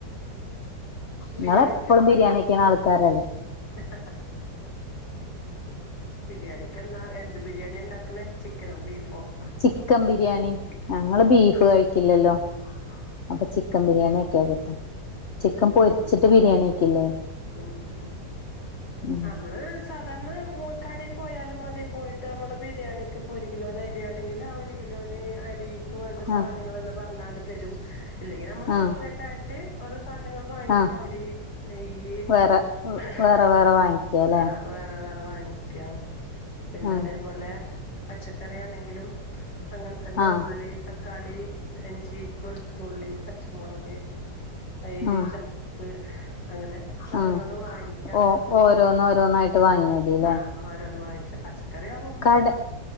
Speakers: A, on the left (about 45°); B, on the left (about 80°).
A: ഇങ്ങള്
B: ബിരിയാണിക്കെന്താ
A: എപ്പളും ബരിയാണി
B: നം
A: വെക്യണ ആൾക്കാരല്ലേ
B: <inaudible> ബിരിയാണിക്ക് എന്താ എന്ത് ബിരിയാണിണ്ടാക്കണേ ചിക്കനോ ബീഫോ
A: ചിക്കൻ ബിരിയാണി ഞങ്ങള് ബീഫ് കഴിക്കില്ലല്ലോ അപ്പൊ ചിക്കൻ ബിരിയാണി വെക്കച്ചിട്ട ചിക്കൻ പൊരിച്ചിട്ട് ബിരിയാണി വെക്കില്ലേ
B: ഉം ഉം ഉം
A: ഉം
B: അമ്മള് സ തന്നെ മൂ കടയിൽ പോയാലും മതി പോയിട്ട് നമ്മള് ബിരിയാണിക്ക് ഇപ്പോ ഒരു കിലോ നരിയാണെങ്കിൽ ആ ഒര് ര് കിലോന് അരി വേണ്ട സാനങ്ങള്ന്ന്
A: ആഹ്
B: പറഞ്ഞാല് തരും ഇല്ലെങ്കി നമ്മള്
A: ആഹ്
B: സെപ്പറേറ്റ് ആയിട്ട് ഓരോ സാധനങ്ങൾ വാങ്ങിക്കാ
A: ആഹ്
B: അരി നെയ്യ്
A: വേറെ
B: അ
A: വേറെ വേറെ
B: അങ്ങ
A: വാങ്ങിക്കാല്ലേ
B: ആഹ് വേറെ വേറെ വാങ്ങിക പിന്നെ
A: ആഹ്
B: അതേപോലെ പച്ചക്കറി ആണെങ്കിലും അങ്ങൻ തന്നെ
A: ആഹ്
B: ഉള്ളി തക്കാളി ഇഞ്ചി വെളുത്തുള്ളി പച്ചമുളക് തൈര്
A: ആഹ്
B: ചപ്പ് അങ്ങനെ സാധനങ്ങള്
A: ആഹ്
B: വാങ്ങിക്ക
A: ഓ ഓരോന്ന് ഓരോന്നായിട്ട് വാങ്ങിയാ മതില്ലേ
B: ആഹ് ഓരോന്ന് വാങ്ങിച്ചാ പച്ചക്കറി വാങ്ങുമ്പോ
A: കട